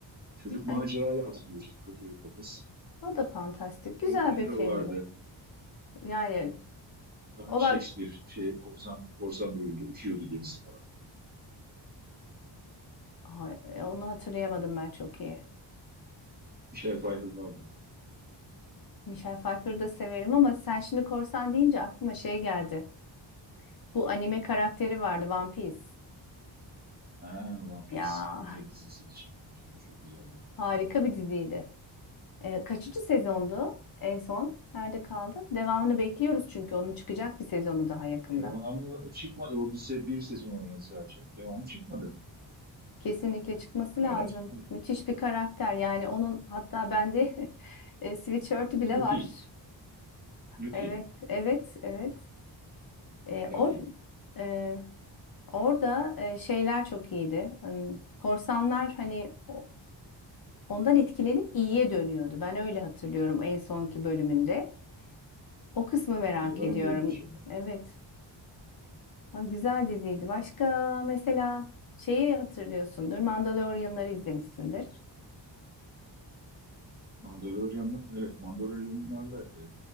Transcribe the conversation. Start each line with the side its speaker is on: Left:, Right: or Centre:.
Right: Çocuk
Left: Yani
Right: maceraya atılıyor işte kız- çocukla kız.
Left: o da fantastik. Güzel
Right: Robert De
Left: bir
Right: Niro
Left: filmdi.
Right: vardı.
Left: Yani
Right: Ben
Left: o
Right: Shakespeare
Left: bak
Right: şey korsan korsan rolünde uçuyordu gemisi falan.
Left: Ay, e, onu hatırlayamadım ben çok iyi.
Right: Michelle Pfeiffer vardı.
Left: Michelle Pfeiffer'ı da severim ama sen şimdi korsan deyince aklıma şey geldi. Bu anime karakteri vardı One Piece.
Right: Ha, One
Left: Ya
Right: Piece. Bunun da dizisi çekilmişti. Bu Çok güzeldi.
Left: harika bir diziydi. Ee, kaçıncı sezondu en son? Nerede kaldı? Devamını bekliyoruz çünkü onun çıkacak bir sezonu daha yakında.
Right: Devamı çıkmadı. O bir, se bir sezon oynadı sadece. Devamı çıkmadı.
Left: Kesinlikle çıkması
Right: Hala
Left: lazım.
Right: çıkmadı.
Left: Müthiş bir karakter. Yani onun hatta bende <laughs> e, sweatshirt'ü bile
Right: Luffy.
Left: var.
Right: Luffy,
Left: Evet, evet, evet. E,
Right: Luffy
Left: or, e, orada e, şeyler çok iyiydi. Hmm, Korsanlar hani o- ondan etkilenip iyiye dönüyordu. Ben öyle hatırlıyorum en sonki bölümünde. O kısmı merak
Right: e, var
Left: ediyorum.
Right: diye bir şey.
Left: Evet. Ha, güzel diziydi. Başka mesela şeyi hatırlıyorsundur. Mandalorianları izlemişsindir.
Right: Mandalorian, evet Mandalorianlarla e,